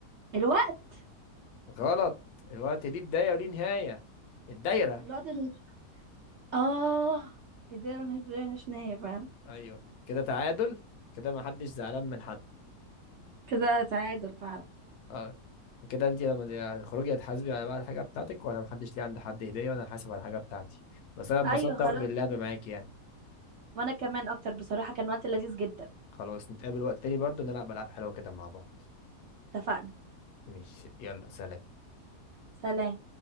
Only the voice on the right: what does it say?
الوقت
الوقت اللي... اه بداية ملهاش بداية ملهاش نهاية فعلا
كده تعادل فعلا
ايوه
خلاص
وانا كمان اكتر بصراحة كان وقت لذيذ جدا
اتفقنا
سلام